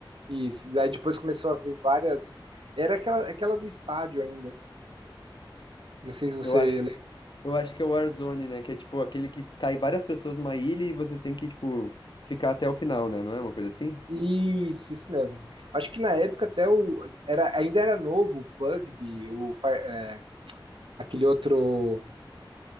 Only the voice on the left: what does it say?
Eu acho,
eu acho que é o Warzone, né? Que é tipo aquele que cai várias pessoas numa ilha e vocês têm que, tipo, ficar até o final, né? Não é uma coisa assim?